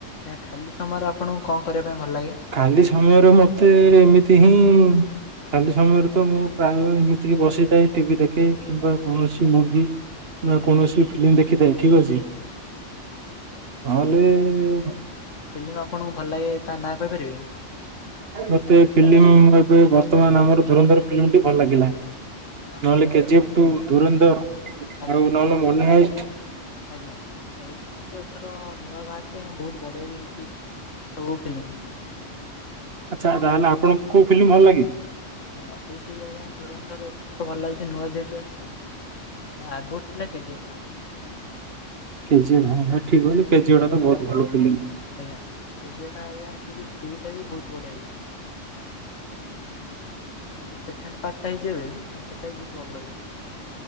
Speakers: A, on the left (about 80°); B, on the right (about 55°).
A: ଆଜ୍ଞା ଖାଲି ସମୟରେ ଆପଣଙ୍କୁ କଣ କରିବା ପାଇଁ ଭଲ ଲାଗେ?
B: କାଲି ସମୟରେ ମତେ ଏମିତି ହିଁ ଖାଲି ସମୟରେ ତ ମୁଁ ପ୍ରାୟଃ ଏମିତି ବସିଥାଏ। ଟିଭି ଦେଖେ
A: ଆଜ୍ଞା
B: କିମ୍ବା କୌଣସି
A: ଆଜ୍ଞା
B: ମୁଭି
A: ଆଜ୍ଞା
B: ନା
A: ଆଜ୍ଞା।
B: କୌଣସି ଫିଲ୍ମ ଦେଖିଥାଏ ଠିକ ଅଛି। ତାହେଲେ
A: ଫିଲିମ୍ ଆପଣଙ୍କୁ ଭଲ ଲାଗେ ତା ନା କହିପାରିବେନି?
B: ମତେ ଫିଲ୍ମ ଏବେ ବର୍ତ୍ତମାନ ଆମର ଧୁରନ୍ଧର ଫିଲ୍ମଟି ଭଲ ଲାଗିଲା
A: ଆଜ୍ଞା। ହଁ
B: ନହେଲେ
A: ଏବେ
B: କେଜିଫ
A: ବି
B: ଟୁ
A: ତ
B: ଧୁରନ୍ଧର
A: ଆଜ୍ଞା
B: ଆଉ ନ ମନିହାଇଷ୍ଟ
A: ଆଜ୍ଞା ଏ ଏଥର ନୂଆ ବାହାରୁଚି ବହୁତ ବଢିଆ ବି ହେଇଛି। କୋ ଫିଲ୍ମ?
B: ଆଚ୍ଛା ତାହେଲେ ଆପଣଙ୍କୁ କୋଉ ଫିଲ୍ମ ଭଲ ଲାଗେ?
A: ମତେ ବି ସେଇ ଆଜ୍ଞା ଧୁରନ୍ଧର ଏତ ତ ଭଲ ଲାଗୁଛି ନୂଆ ଯେହେତୁ ଆସିଛି। ଆଗୁର ଥିଲା କେ ଜି ଏଫ୍।
B: କେଜିଏଫ୍ ଭାଇ ଠିକ କହିଲି କେଜିଏଫ୍ ଟା ତ ବହୁତ ଭଲ ଫିଲିମ୍।
A: ଆଜ୍ଞା କେଜିଏଫ୍ ଟା ଆଜ୍ଞା ସେ ଯୋଉ ଟୁ ଟା ବି ବହୁତ ବଢିଆ ହେଇଛି। ଯୋଉ ସେକେଣ୍ଡ ପାର୍ଟ ଟା ହେଇଛି ଏବେ ସେଇଟା ବି ବହୁତ ଭଲ ହେଇଛି।